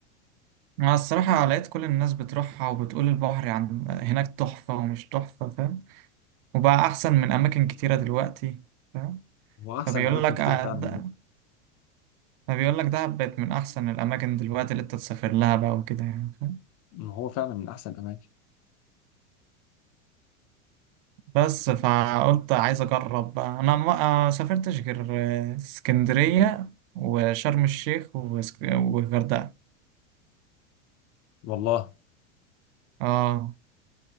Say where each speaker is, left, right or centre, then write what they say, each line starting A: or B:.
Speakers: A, on the right (about 50°); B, on the left (about 40°).
A: مع الصراحة لقيت كل الناس بتروحها وبتقول البحر عن هناك تحفة ومش تحفة فاهم وبقى أحسن من أماكن كتيرة دلوقتي فاهم
B: هو احسن
A: فبيقول
B: اماكن
A: لك
B: كتير
A: آه،
B: فعلا
A: ده-
B: دلوقتي.
A: فبيقول لك دهب بقت من أحسن الأماكن دلوقتي اللي أنت تسافر لها بقى وكده يعني فاهم
B: ما هو فعلا من احسن الاماكن
A: بس فقلت عايز أجرب بقى أنا ما آه، سافرتش غير آه، اسكندرية وشرم الشيخ واسك- والغردقة
B: والله
A: آه